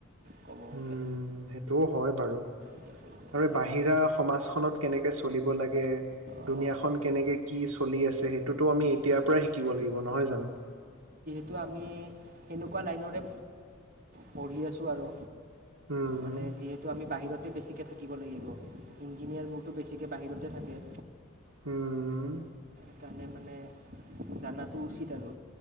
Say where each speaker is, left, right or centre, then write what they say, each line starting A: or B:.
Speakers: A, on the right; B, on the right.
A: ক'ব গ'লে
B: উম সেইটোও হয় বাৰু
A: সেইটো হয়
B: আৰু বাহিৰা সমাজখনত কেনেকে চলিব লাগে
A: অঁ
B: দুুনীয়াখনন কেনেকে কি চলি আছে সেইটো টো আমি এতিয়াৰ পৰাই শিকিব লাগিব নহয় জানো
A: টো আমি সেনেকুৱা লাইনৰে পঢ়ি আছোঁ আৰু
B: উম
A: মানে যিহেতু আমি বাহিৰতে বেছিকে থাকিব লাগিব ইঞ্জিনিয়াৰ বোৰতো বেছিকে বাহিৰতে থাকে
B: হোম
A: সেইকাৰণে মানে জানাতো উচিত আৰু